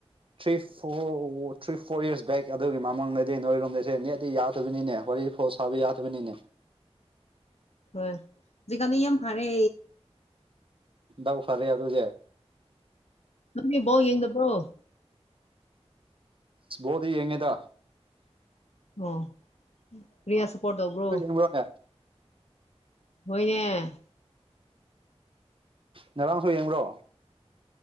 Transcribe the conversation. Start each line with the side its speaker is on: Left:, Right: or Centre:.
Right: three four three four years back ꯑꯗꯨꯒꯤ ꯃꯃꯥꯡꯗꯗꯤ ꯅꯣꯏꯔꯣꯝꯗꯁꯦ ꯅꯗꯤ ꯌꯥꯗꯣꯏꯕꯅꯤꯅꯦ ꯋꯥꯔꯤ ꯐꯥꯎ <unintelligible> ꯌꯥꯗꯕꯅꯤꯅꯦ
Left: ꯍꯣꯏꯖꯤꯀꯥꯟꯅꯤ ꯌꯥꯝ ꯐꯥꯔꯦ
Right: ꯗꯥꯎ ꯐꯔꯦ ꯑꯗꯨꯗꯤ
Left: ꯅꯪꯗꯤ ꯕꫭꯜ ꯌꯦꯡꯗꯕꯔꫭ
Right: ꯣꯗꯤ ꯌꯦꯉꯗ
Left: ꯑꯣ ꯄ꯭ꯔꯤꯌꯥ ꯁꯄꯣꯔꯠ ꯇꯧꯕꯧꯕ꯭ꯔꯣ
Right: <unintelligible>
Left: ꯍꯣꯏꯅꯦ
Right: ꯉꯔꯥꯡꯁꯨ ꯌꯦꯡꯕ꯭ꯔꯣ